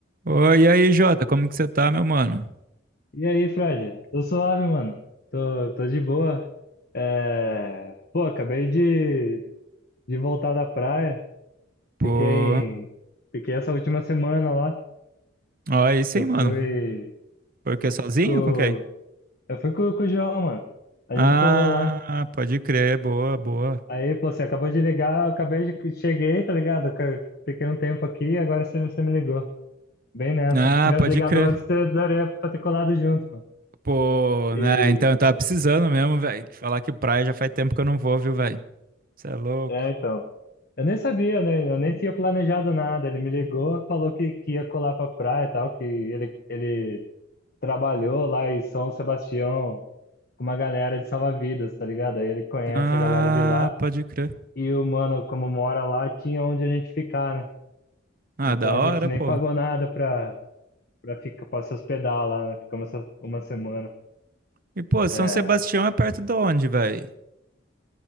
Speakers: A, on the right (about 50°); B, on the left (about 55°).
A: Oi, e aí, Jota, como que você tá, meu mano?
B: E aí, Fred? Tô suave, mano. Tô, tô de boa. É... Pô, acabei de, de voltar da praia.
A: Pô,
B: Fiquei, em- fiquei essa última semana lá.
A: ó, aí sim,
B: Eu fui,
A: mano. Por
B: eu
A: quê?
B: fui
A: Sozinho?
B: com,
A: Com quem?
B: eu fui com, com o João, mano. A
A: Ah,
B: gente colou lá.
A: pode crer, boa, boa.
B: Aí, pô, você acabou de ligar, eu acabei de, cheguei, tá ligado? Que- Fiquei um tempo aqui e agora você, você me ligou. Bem nessa.
A: Ah,
B: Se tivesse
A: pode
B: ligado
A: crer.
B: antes, eu daria pra ter colado junto,
A: Pô,
B: mano.
A: né, então eu tava precisando mesmo, velho. Falar que praia já faz tempo que eu não vou, viu, velho? Você é louco.
B: É, então. Eu nem sabia, né? Eu nem tinha planejado nada. Ele me ligou, falou que, que ia colar pra praia e tal, que ele, ele trabalhou lá em São Sebastião com uma galera de salva-vidas, tá ligado? Aí ele conhece
A: Ah,
B: a galera de lá
A: pode crer.
B: e o mano, como mora lá, tinha onde a gente ficar, né?
A: Ah,
B: Então
A: da
B: a
A: hora,
B: gente nem
A: pô.
B: pagou nada pra, pra, ficar, pra se hospedar lá, né? Ficamos essa- uma semana.
A: E, pô, São
B: É,
A: Sebastião é perto de onde, velho?